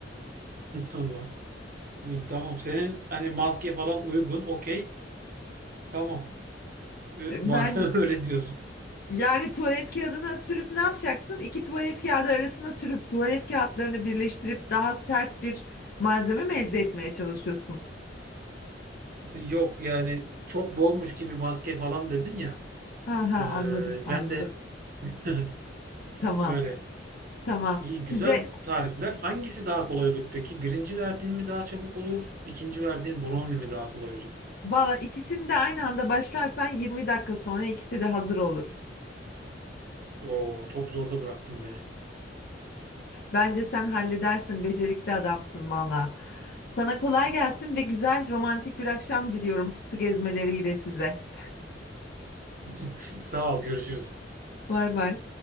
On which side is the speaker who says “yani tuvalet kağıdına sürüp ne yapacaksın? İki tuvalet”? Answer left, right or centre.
Left